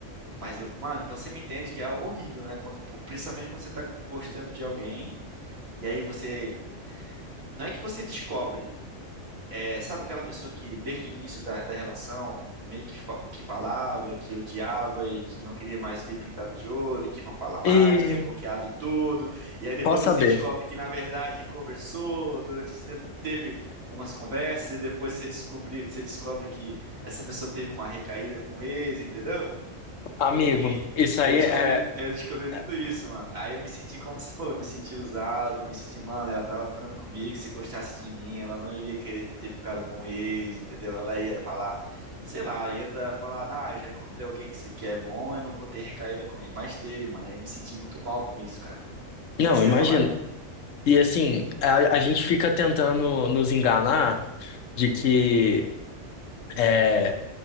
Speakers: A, on the right; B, on the left.
A: Mas eu, mano, então você me entende que é algo horrível, né? Quando- pô, principalmente quando você tá gostando de alguém, e aí você. Não é que você descobre, é, sabe aquela pessoa que desde o início da, da relação meio que, fa- que falava, que odiava e que não queria mais ver pintada de ouro, e que não fala mais,
B: E
A: que é bloqueado em tudo, e aí depois
B: posso
A: você
B: saber?
A: descobre que na verdade conversou, durante esse tempo teve umas conversas e depois você descobre, você descobre que essa pessoa teve uma recaída com o ex, entendeu?
B: Amigo,
A: E, e
B: isso aí
A: eu descobri,
B: é.
A: eu descobri tudo
B: é-
A: isso, mano. Aí eu me senti, como você falou, eu me senti usado, eu me senti, mano, ela tava ficando comigo, se gostasse de mim, ela não iria querer ter ficado com o ex, entendeu? Ela ia falar, sei lá, ia dar- falar, ah, já encontrei alguém que, se- que é bom, eu não vou ter recaída com ele. Mas teve, mano. Aí eu me senti muito mal com isso, cara. O
B: Não,
A: que que você
B: imagina.
A: ia falar aí?
B: E assim, a, a gente fica tentando nos enganar de que é,